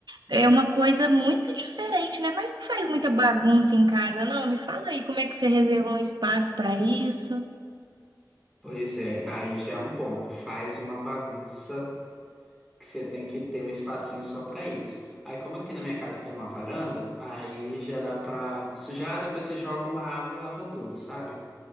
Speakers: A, on the right; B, in the centre.
A: é uma coisa muito diferente, né? Mas não faz muita bagunça em casa, não. Me fala aí como é que você reservou um espaço para isso.
B: Pois é, aí já é um ponto. Faz uma bagunça que você tem que ter um espacinho só para isso. Aí, como aqui na minha casa tem uma varanda, aí já dá pra sujar, depois você joga uma água e lava tudo, sabe?